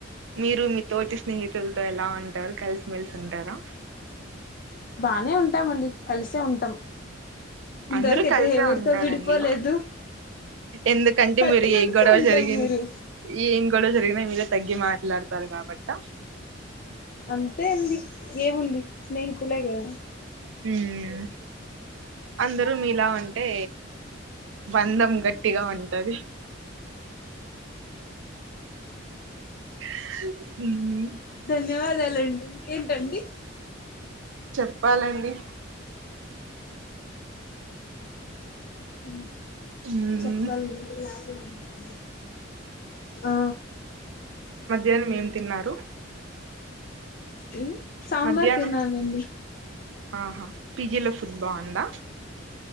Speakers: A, on the right; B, on the left.
A: మీరు మీ తోటి స్నేహితులతో ఎలా ఉంటారు కలిసిమెలిసి ఉంటారా
B: బానే ఉంటామండి కలిసే ఉంటాం ఇంతవరకైతే
A: అందరూ కలిసే
B: ఎవరితో
A: ఉంటారండి
B: విడిపోలేదు
A: ఎందుకంటే
B: థర్టీ
A: మీరు
B: మంత్సే
A: ఏ గొడవ
B: ఉంటారూ
A: జరిగిన్
B: మీరు
A: ఏం గొడవ జరిగినా మీరే తగ్గి మాట్లాడతారు కాబట్ట
B: అంతే అండి ఏముంది స్నేహి ఆ
A: మ్మ్ అందరూ మీలా ఉంటే బంధం గట్టిగా ఉంటది. మ్
B: ధన్యవాదాలండి ఇంకేంటండి
A: చెప్పాలండి
B: మ్
A: హ్మ్
B: చెప్పాలి ఇంకా ఆ
A: మధ్యాహ్నం ఏం తిన్నారు
B: మ్మ్ సాంబార్
A: మధ్యాహ్నం
B: తినాలండి
A: ఆహా ఫీజిలో ఫుడ్ బావుందా